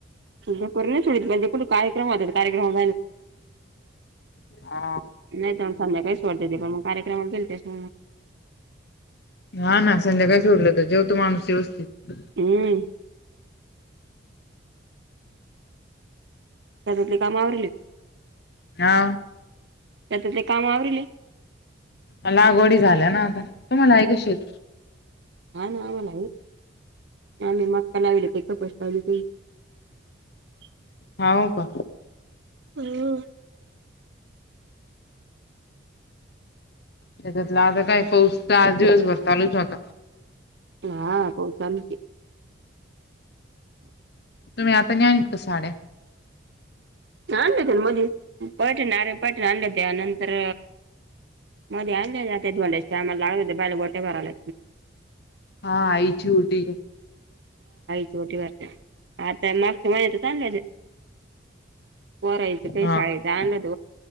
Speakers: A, on the right; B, on the left.
A: तु नाही म्हणजे कुठ कार्यक्रम होत कार्यक्रम,
B: हा
A: नाही तरण संध्याकाळी सोडतीत, पण मग कार्यक्रमन तेस, <inaudible>
B: हा ना, संध्याकाय सोडलं तर जेवतो माणूसवस्थित,
A: हम्म, शतातले काम आवरी का?
B: हा,
A: शेतात ली, काम आवरले
B: मला लागवडी झाल्या ना आता, तुमला आहे का शेती?
A: हा ना आम्हाला आहे, आम्ही मक्का लावले, काही कपस लावली काही, <unintelligible>
B: हो का,
A: ह,
B: त्याच्यातलं आता काय पाऊसचा, आज दिवसभर चालूच होता.
A: हा पाउस झाला कि, <unintelligible>
B: तुम्ही आताण्या हा इथं न् साड्या,
A: आणलं ते मध्ये पटण आरे, पटण आणलं त्यानंतर, मध्ये आणले धोड्याच्या टीमला, लाव हो बायला बोट्या भरावला,
B: हा आईची उटी,
A: उटी भरताना, आता मागच्या महिन्यात चा आणल्या, कोरायच तेन
B: हा
A: शाळेचं
B: हम्म
A: आणल,